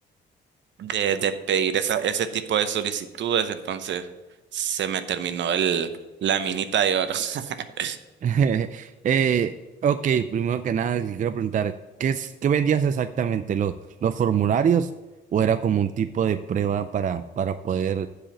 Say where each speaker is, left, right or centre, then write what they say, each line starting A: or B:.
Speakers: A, on the right (about 65°); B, on the right (about 40°).
A: de, de pedir esa, ese tipo de solicitudes, entonces se me terminó el, la minita de oro. <laughs>
B: <laughs> Eh, ok, primero que nada, te quiero preguntar, ¿qué es, qué vendías exactamente? ¿Los, los formularios o era como un tipo de prueba para, para poder